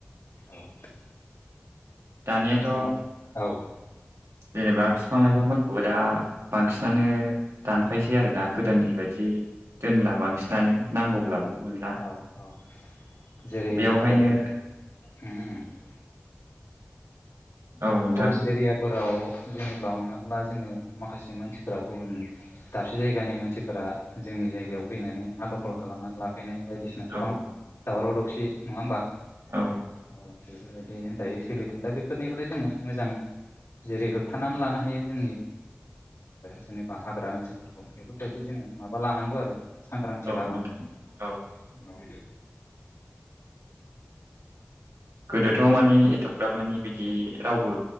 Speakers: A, on the left; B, on the right.
A: औ
B: दानियाथ'
A: दा औ
B: जेनेबा बिफां लाइफांफोरखौबो दा बांसिनानो दानफायसै आरोना गोदोनि बायदि दोनला बांसिन दानो नांगौब्लाबो
A: औ
B: मोनला
A: औ औ जेरै
B: बेवहायनो
A: ओ <unintelligible>
B: औ नोंथां
A: फरेस्ट एरियाफोराव जेनेब्ला हमनानै ला जोङो माखासे मानसिफ्रा गुबुन दाबसे जायगानि मानसिफोरा जोंनि जायगायाव फैनानै हा दखल खालामनानै लाफैनाय बायदिसिना गोबां
B: औ
A: दावराव दावसि नङा होमबा
B: औ
A: औ बेफोरबायदि दायो सोलिदों दा बेफोरनिफ्राय जोङो मोजां जेरै होबथानानै लानो हायो जोंनि जेनेबा हाग्रा ओनसोलफोरखौ बेफोरबायदि जोङो माबा लानांगौ आरो सांग्रांथि
B: औ
A: लाबोनांगौ
B: नोंथां औ
A: औ
B: गोदोथ' माने एथ'ग्राब माने बिदि रावबो